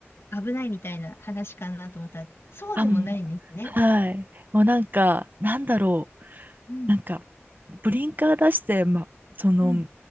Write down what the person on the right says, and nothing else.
あ、もうはい。もうなんか、なんだろう。
なんか、ブリンカー出して、ま、その、